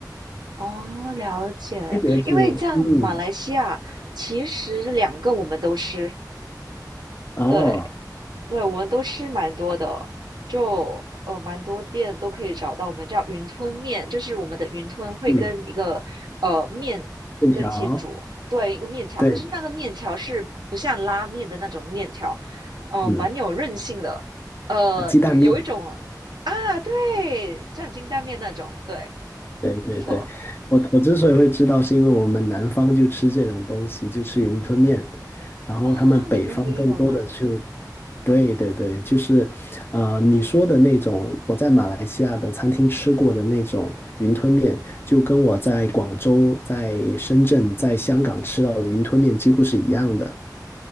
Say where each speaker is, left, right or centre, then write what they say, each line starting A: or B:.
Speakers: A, on the right (about 75°); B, on the left (about 30°).
A: 哦，了解。
B: 区别就嗯，
A: 因为像马来西亚，其实两个我们都吃，
B: 哦，
A: 对对，我们都吃蛮多的，就呃蛮多店都可以找到。我们叫云吞面，就是我们的云吞会跟一个呃面跟一起煮，
B: 嗯，面条，
A: 对，一个面条。
B: 对，
A: 可是那个面条是不像拉面的那种面条，嗯、
B: 嗯。
A: 呃，蛮有韧性的，呃，
B: 鸡蛋面，
A: 有有一种啊，对，像金蛋面那种，对。
B: 对对对，
A: 没错
B: 我我之所以会知道，是因为我们南方就吃这种东西，就吃云吞面，然后他们北方更多的就，
A: 啊，你们也有吗？
B: 对对对，就是呃你说的那种，我在马来西亚的餐厅吃过的那种云吞面，就跟我在广州、在深圳、在香港吃到的云吞面几乎是一样的。